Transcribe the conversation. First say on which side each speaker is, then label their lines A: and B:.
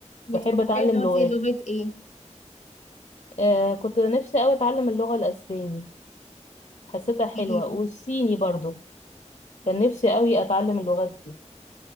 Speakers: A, on the left; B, on the left.
A: بتفكري
B: بحب اتعلم
A: تاخدي
B: لغات
A: لغة ايه؟
B: آه كنت نفسي قوي اتعلم اللغة الاسباني حسيتها حلوة
A: إيه؟
B: والصيني برضو كان نفسي قوي اتعلم اللغات دي